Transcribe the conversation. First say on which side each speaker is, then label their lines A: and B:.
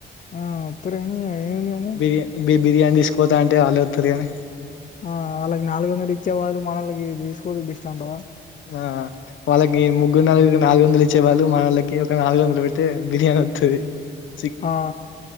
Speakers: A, on the left (about 40°); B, on the left (about 75°).
A: ఆ ఒత్తరని ఏందని
B: బిర్యా బిర్యానీ తీసుకుపోతా అంటే వాళ్ళే వస్తారు కానీ
A: ఆ వాళ్ళకి నాలుగు వందలు ఇచ్చేబదులు మనొల్లకి దీన్నీ తీసుకు పోతే బెస్ట్ అంటావా.
B: ఆ వాళ్ళకి ముగ్గురు నలుగురికి నాలుగు వందలు ఇచ్చే బదులు, మన వాళ్ళకి ఒక నాలుగు వందలు పెట్టి బిర్యానీ. ప వి <unintelligible>
A: ఆ